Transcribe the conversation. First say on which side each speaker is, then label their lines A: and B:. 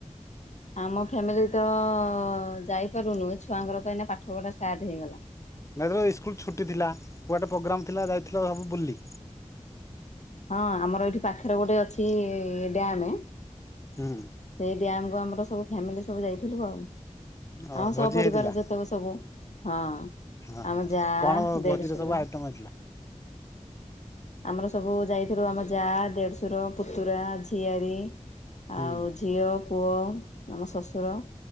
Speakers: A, on the left; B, on the left.
A: ଆମ ଫ୍ୟାମିଲି ତ ଯାଇପାରୁନୁ ଛୁଆଙ୍କର ତ ଏଇନା ପାଠ ପଢା ଷ୍ଟାର୍ଟ ହେଇଗଲା।
B: ନାଇ ଧର ଇସ୍କୁଲ୍ ଛୁଟି ଥିଲା କୁଆଡେ ପ୍ରୋଗ୍ରାମ୍ ଥିଲା ଯାଇଥିଲ ସବୁ ବୁଲି?
A: ହଁ ଆମର ଏଇଠି ପାଖରେ ଗୋଟେ ଅଛି ଡ୍ୟାମେ
B: ହୁଁ।
A: ସେଇ ଡ୍ୟାମ୍ କୁ ଆମର ସବୁ ଫ୍ୟାମିଲି ସବୁ ଯାଇଥିଲୁ ଆଉ।
B: ଆଉ
A: ଆମ
B: ଭୋଜି
A: ସପରିବାର
B: ହେଇଥିଲା
A: ଯେତେକ ସବୁ। ହଁ,
B: ହଁ
A: ଆମ ଯା
B: କଣ ଭୋଜିରେ
A: ଦେଢଶୁର।
B: ସବୁ ଆଇଟମ ହେଇଥିଲା
A: ଆମର ସବୁ ଯାଇଥିଲୁ ଆମ ଯା, ଦେଢଶର, ପୁତୁରା, ଝିଆରୀ
B: ହୁଁ
A: ଆଉ ଝିଅ ପୁଅ ଆମ ଶଶୁର